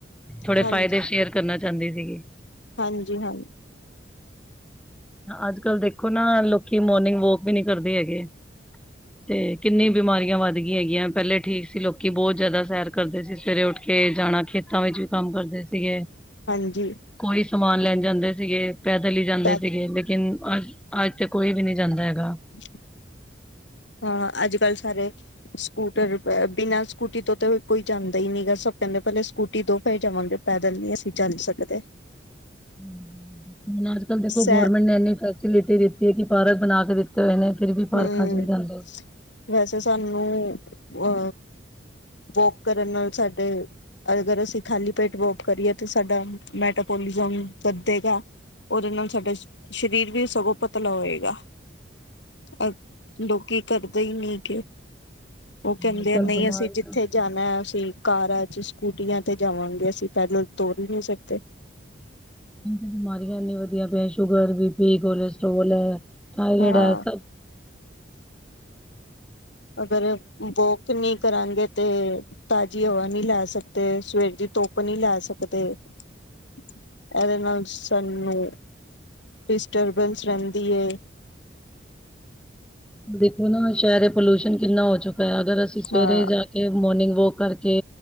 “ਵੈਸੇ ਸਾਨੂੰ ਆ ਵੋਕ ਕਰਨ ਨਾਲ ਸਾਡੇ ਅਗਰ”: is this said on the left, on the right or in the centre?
Left